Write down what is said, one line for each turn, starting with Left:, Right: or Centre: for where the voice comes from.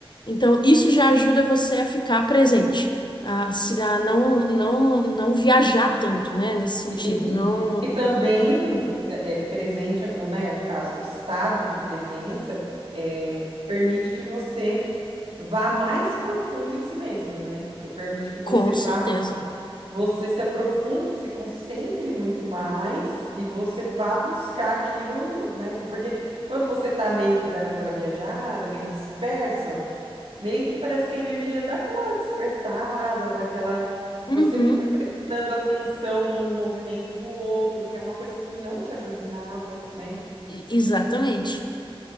Left: Então, isso já ajuda você a ficar presente, a, se- a não, não, não viajar tanto, né? Nesse sentido,
Right: E,
Left: não...
Right: e- e também né, é, presente, ou, né, no caso, o estado de presença é, permite que você vá mais profundo em si mesmo, né? Que Permite que você
Left: Com
Right: vá,
Left: certeza.
Right: você se aprofunde, se concentre muito mais e você vá buscar aquilo, né? Porque quando você tá meio que dando aquela viajada, meio disperso, Meio que parece que a energia dá aquela dispersada, daquela.
Left: Uhum,
Right: Você fica prestando atenção no movimento do outro, que é uma coisa que não te ajuda em nada, né?
Left: exatamente.